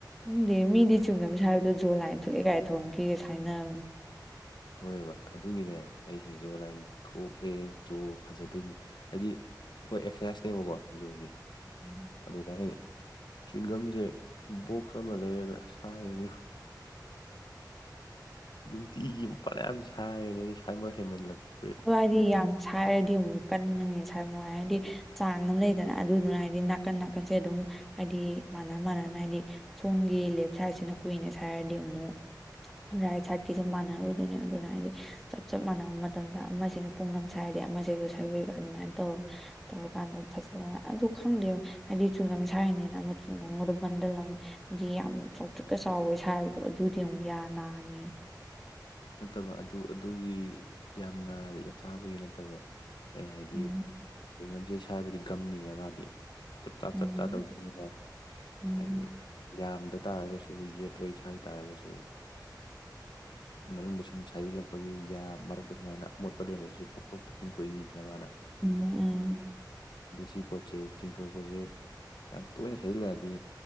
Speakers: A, in the centre; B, on the left (about 85°).
A: ꯎꯪꯗꯦ ꯃꯤꯗꯤ ꯆꯨꯝꯅꯕ ꯁ ꯍꯥꯏꯕꯗꯣ ꯖꯣ ꯂꯥꯏꯟ ꯊꯣꯛꯑꯦ ꯀꯥꯏ ꯊꯧꯟꯈꯤꯦꯒ ꯁ ꯍꯥꯏꯅꯕꯅꯦ
B: ꯍꯣꯏꯕ ꯑꯗꯨꯒꯤꯅꯦ ꯑꯩꯁꯦ ꯖꯣ ꯂꯥꯏꯟ ꯊꯣꯛꯑꯦ ꯖꯣ ꯐꯖꯗꯣꯏꯅꯦ ꯍꯥꯏꯗꯤ ꯑꯩꯈꯣꯏ ꯑꯦꯛꯁꯔꯁꯥꯏꯁꯅꯦꯕꯀꯣ ꯖꯨꯒꯤ
A: ꯎꯝ
B: ꯑꯗꯨꯗ ꯑꯩꯅ ꯆꯤꯡꯒꯝꯁꯦ ꯕꯣꯛꯁ ꯑꯃ ꯂꯩꯔꯒ ꯁꯥꯏꯕꯅꯦꯕ ꯅꯨꯡꯇꯤꯒꯤ ꯃꯄꯥꯟ ꯌꯥꯝ ꯁꯥꯅꯦ ꯑꯗꯨ ꯁꯥꯏꯃꯣ ꯍꯦꯃꯜꯂꯛꯇ
A: ꯑꯗꯨ ꯍꯥꯏꯗꯤ ꯌꯥꯝ ꯁꯥꯏꯔꯗꯤ ꯑꯃꯨꯛ ꯀꯟꯕꯅꯦ ꯁ ꯅꯨꯡꯉꯥꯏ ꯍꯥꯏꯗꯤ ꯆꯥꯡ ꯑꯃ ꯂꯩꯗꯅ ꯑꯗꯨꯗꯨꯅ ꯍꯥꯏꯗꯤ ꯅꯥꯀꯟ ꯅꯥꯀꯟꯁꯦ ꯑꯗꯨꯝ ꯍꯥꯏꯗꯤ ꯃꯥꯟꯅ ꯃꯥꯟꯅꯅ ꯍꯥꯏꯗꯤ ꯁꯣꯝꯒꯤ ꯂꯦꯞ ꯁꯥꯏꯠꯁꯤꯅ ꯀꯨꯏꯅ ꯁ ꯍꯥꯏꯔꯗꯤ ꯑꯃꯨꯛ ꯔꯥꯏꯠ ꯁꯥꯏꯠꯀꯤꯁꯦ ꯃꯥꯟꯅꯔꯣꯏꯗꯣꯏꯅꯦ ꯑꯗꯨꯅ ꯍꯥꯏꯗꯤ ꯆꯞ ꯆꯞ ꯃꯥꯟꯅꯕ ꯃꯇꯝꯗ ꯑꯃꯁꯤꯅ ꯄꯨꯡ ꯑꯃ ꯁꯥꯏ ꯍꯥꯏꯔꯗꯤ ꯑꯃꯗ ꯁꯧꯋꯕ ꯑꯗꯨꯃꯥꯏꯅ ꯇꯧꯔꯒ ꯇꯧꯔꯀꯥꯟꯗ ꯐꯖꯕ ꯑꯗꯨ ꯈꯪꯗꯦ ꯍꯥꯏꯗꯤ ꯆꯨꯡꯒꯝ ꯁꯥꯥꯏꯔꯤꯅꯤꯅ ꯑꯃ ꯆꯨꯡꯒꯝꯒꯗ ꯕꯟꯗꯜ ꯑꯃ ꯍꯥꯏ ꯌꯥꯝ ꯆꯥꯎꯊꯤꯛꯀ ꯆꯥꯎꯋꯦ ꯁꯥꯕꯗꯣ ꯑꯗꯨꯗꯤ ꯑꯃꯨꯛ ꯌꯥꯅꯥꯅꯤ
B: ꯅꯠꯇꯕ ꯑꯗꯨ ꯑꯗꯨꯒꯤ ꯌꯥꯝꯅ ꯑꯆꯥꯥꯕꯒꯤ ꯅꯠꯇꯕ ꯑꯩ ꯍꯥꯏꯗꯤ
A: ꯎꯝ
B: ꯆꯤꯡꯒꯝꯁꯦ ꯁꯥꯏꯕꯗꯤ ꯒꯝꯅꯤꯅ ꯃꯥꯗꯤ ꯆꯞ ꯆꯥ
A: ꯎꯝ
B: ꯆꯞ ꯆꯥ ꯇꯧꯗ꯭ꯅꯤꯅ
A: ꯎꯝ
B: ꯍꯥꯏꯗꯤ ꯌꯥꯝꯗ ꯇꯥꯔꯒꯁꯨ ꯌꯦꯠ ꯑꯣꯏꯁ ꯍꯥꯏ ꯇꯥꯔꯒꯁꯨ ꯃꯅꯨꯡꯗ ꯁꯨꯝ ꯁꯥꯖꯤꯜꯂꯛꯄꯒꯤ ꯌꯥ ꯃꯔꯛꯇ ꯁꯨꯃꯥꯏꯅ ꯑꯃꯣꯠꯄ ꯂꯩꯔꯝꯕꯁꯤꯁꯨ ꯄꯛ ꯄ ꯄꯛꯆꯤꯡꯊꯣꯛꯏꯅꯤꯗꯅ ꯃꯥꯅ
A: ꯎꯝ ꯎꯝ
B: ꯑꯗꯨ ꯁꯤ ꯄꯣꯠꯁꯦ ꯆꯤꯡꯊꯣꯛꯄꯁꯦ ꯌꯥꯝ ꯇꯣꯏꯅ ꯁꯩꯖꯤꯜꯂꯛꯑꯗꯤ